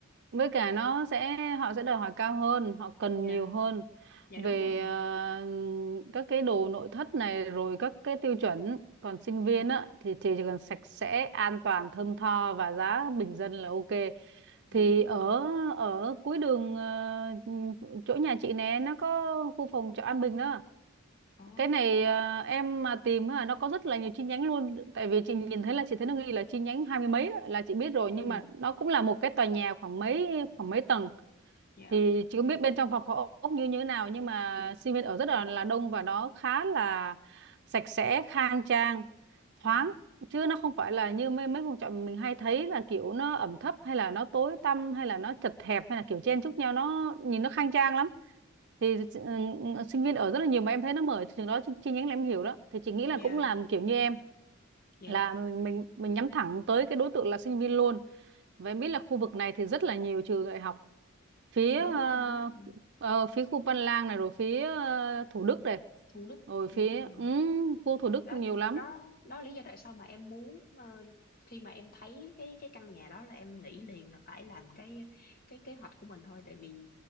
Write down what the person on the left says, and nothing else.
dạ
dạ
đúng rồi
dạ
đúng
rồi
dạ
đúng rồi
oh
ừ
dạ
dạ
dạ
dạ
đúng
rồi đúng rồi
Thủ Đức
đúng rồi
đó
đó đó là lý do tại sao mà em muốn ờ, khi mà em thấy cái cái căn nhà đó là em nghĩ liền là phải làm cái cái kế hoạch của mình thôi tại vì